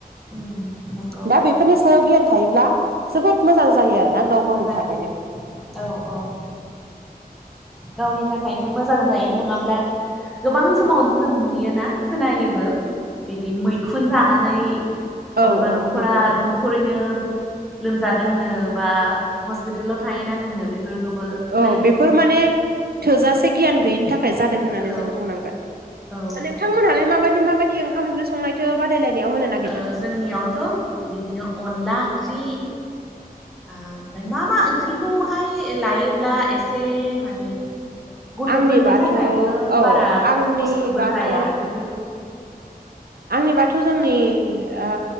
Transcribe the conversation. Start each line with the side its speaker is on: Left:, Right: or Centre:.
Centre: उम नंगौ
Right: दा बेफोरनि सायाव गियान थायोब्ला जोबोद मोजां जायो आरोना गाव
Centre: मोजां
Right: गावनि थाखायनो
Centre: औ औ गावनि थाखायनो मोजां जायो नंङाब्ला गोबां समाव जों नुयोना खोनायो बिदि मैखुन जानानै
Right: औ
Centre: अबेबा
Right: औ
Centre: न'खरा
Right: नंगौ
Centre: नखरैनो लोमजादोंनो बा हस्पिटालाव थाहैनांदोंनो बेफोरखौबो खोनायो
Right: औ बेफोर माने थोजासे गियान गैयिनि थाखाय जादों होननानै
Centre: औ
Right: जों बुंनांगोन
Centre: औ
Right: नोंथां मोनहालाय माबाय माबायदि ओंखाम ओंख्रि संनायथो बादायलायनाय होनो नागिरदों
Centre: ओ जोंनियावथ' बिदिनो अनला ओंख्रि आ‌ ओमफ्राय मा मा ओंख्रिखौहाय लायोब्ला एसे मानि गथ'फोरनि
Right: आंनिबाथ'
Centre: थाखायबो
Right: औ
Centre: बारा
Right: आंनिबाथ'
Centre: खस्थ'बो जाया बेफोरखौ
Right: आंनि बाथ' जोंनि ओ